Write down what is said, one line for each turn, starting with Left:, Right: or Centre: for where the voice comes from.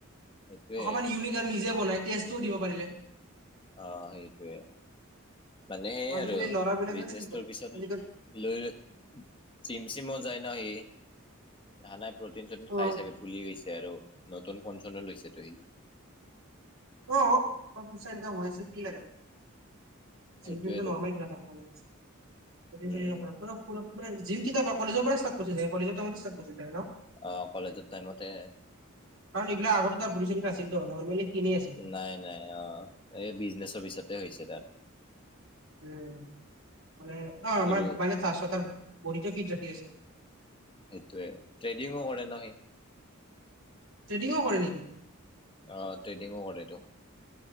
Left: সেইটোয়ে
Right: অকমান ইউনিক আৰু নিজে বনাই, টেষ্টও দিব পাৰিলে।
Left: অ' সেইটোৱে, মানে সেই
Right: আজিকালি
Left: আৰু
Right: ল'ৰাবিলাকে
Left: বিজনেচটোৰ
Right: কি কৰে
Left: পিছত
Right: আজিকালি
Left: লৈ জিম চিমো যায় ন' সি? হা, নাই প্ৰটিন চটিন
Right: অ
Left: খাই চাগে, ফুলি গৈছে আৰু নতুন ফন চনো লৈছেতো ই।
Right: অ' প্ৰচেছাৰ একদম হৈছ কি লাগে
Left: সেইটোয়েতো
Right: জিম চিমতো নৰ্মেল কথা তাৰ কাৰনে <unintelligible>
Left: উম
Right: স্কুলত মানে জিম কেতিয়াৰপৰা, কলেজৰপৰা ষ্টাৰ্ট কৰিছিল ছাগে কলেজত থাকোঁতে ষ্টাৰ্ট কৰিছিল ছাগে ন'?
Left: অ' কলেজত টাইমতে
Right: কাৰণ এইবিলাক আগতে তাৰ বডি চডি নাছিলতো নৰ্মেলি খিনেই আছিল
Left: নাই নাই অ'। এই বিজনেচৰ পিছতে হৈছে তাৰ।
Right: উম, মানে অ' আমাৰ
Left: আৰু
Right: মানে ফাষ্টত তাৰ বডিটো ফিট ৰাখি আছে।
Left: সেইটোৱে, ট্ৰেডিঙো কৰে ন সি!
Right: ট্ৰেডিংও কৰে নেকি?
Left: অ', ট্ৰেডিংও কৰেটো।